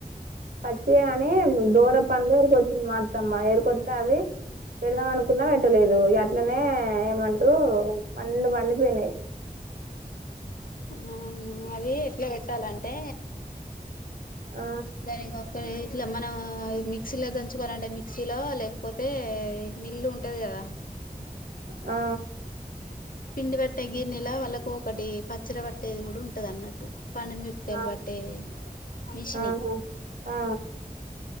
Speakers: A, on the right (about 75°); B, on the left (about 65°).
A: పచ్చియే గాని దూర పలు ఎరుకొచ్చింది మా అత్తమ్మ ఎరుకొస్తా అవి పెడదాం అనుకున్నా పెట్టలేదు అట్లనే ఏమంటారు పండు పండిపోయినాయి.
B: ఆ అవి ఎట్లా పెట్టాలంటే
A: ఆ
B: దాని గాకాడ ఏయి ఇట్లా మనం మిక్సీలో దంచుకోవాలంటే మిక్సీలో లేకపోతే మిల్లు ఉంటది, కదా
A: ఆ
B: పిండి పట్టే గిర్నెలా వాళ్ళకు ఒకటి పచ్చడ పట్టేది కూడా ఉంటది, అన్నట్టు పండు మిరపకాయలు
A: ఆ
B: పట్టే మిషిని,
A: ఆహా ఆ